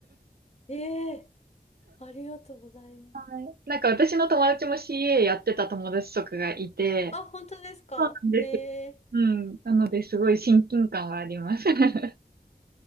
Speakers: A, on the left; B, on the right.
A: い。ええありがとうございます。
B: はい。なんか私の友達も CA やってた友達とかがいて、
A: あ、本当ですかへえ。
B: そうなんですよ。うん。なので、すごい親近感はあります。<laughs>